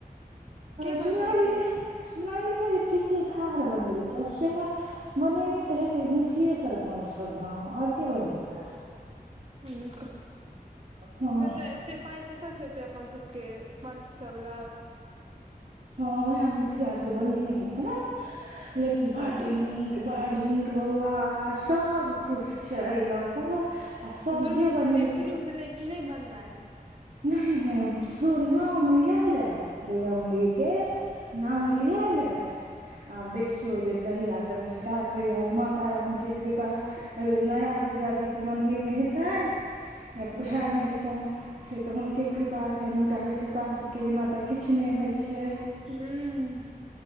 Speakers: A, on the right; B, on the right.
A: के
B: सुनालिए
A: बनबेलखिन
B: सुनलियै जे ठीके धार बनेलकै आब सेहै बनेने तऽ हेतै मुखिये सर पंच सब न आओर के बनेतै
A: हुनको
B: हँ
A: तऽ एते पाइ कतऽ सँ एतै अपन सबके पंच सभ बला
B: हँ उहै मुखिया सब बनेने हेते लेकिन बड नीक बड नीक बौआ सब खुश छै एय लऽ कऽ आ सब
A: दुर्गा
B: जे
A: मंदिर
B: बनेलकै
A: शुरू भेलै कि नइ बननाइ
B: न इ नइ सो नाम लियालअ दुर्गा मंदिर के नाम
A: हँ
B: लिओले आब देखियौ जे कहिया तक स्टार्ट होइ यऽ माता रानी के कृपा एहि बेर नया दुर्गा जी के मन्दिर मे हेतैन या उहै मे हेतैन से तऽ हुनके कृपा छैन हुनका कृपाके बिना तऽ किछु नइ होइ छै
A: हूँ